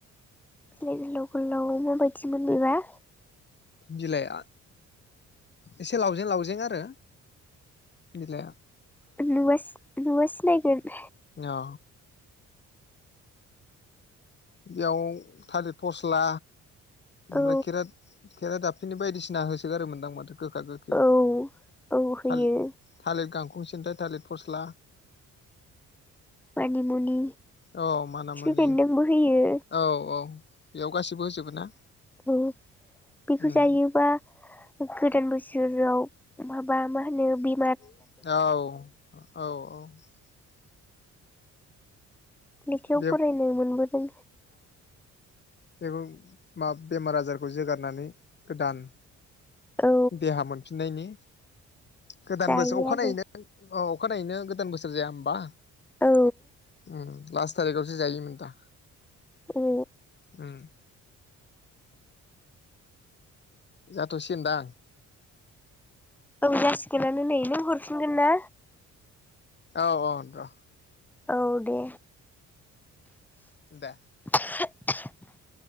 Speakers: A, in the centre; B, on the left.
A: बिलाइ गोलाव गोलाव माबायदिमोन बेबा?
B: बिलाइआ इसे लावजें लावजें आरो बिलाइआ।
A: नुवास नुबा सिनायगोन।
B: औ। बेयाव थालिर फस्ला। ओमफ्राय
A: औ
B: खेरात खेरा दाबफिनि बायदिसिना होसोगारोमोनदां माथो? गोखा गोखियाव
A: औ औ होयो
B: थालि थालिर गां हसेनथाइ थालित फस्ला
A: मानिमुनि
B: औ माना
A: खिफि
B: मुनि
A: बेन्दोंबो होयो
B: औ औ बेयाव गासिबो होजोबो ना
A: औ बेखौ
B: उम
A: जायोबा गोदान बोस सोरआव माबा मा होनो बि
B: औ औ औ <inaudible>
A: लेखायाव
B: बे
A: फरायनो मोनबोदों।
B: बेबो मा बेमार आजारखौ जोगारनानै गोदान
A: औ
B: देहा मोनफिननायनि गोदान
A: जायो
B: बोसोर अखानायैनो
A: आरो
B: अ अखानायैनो गोदान बोसोर जाया ओमबा
A: औ
B: उम लास्ट थारिखआवसो जायोमोन दा
A: औ
B: उम जाथ'सिगोन दा
A: औ जासिगोनानो नै नों हरफिनगोन ना?
B: औ औ र
A: औ दे।
B: दे
A: <inaudible>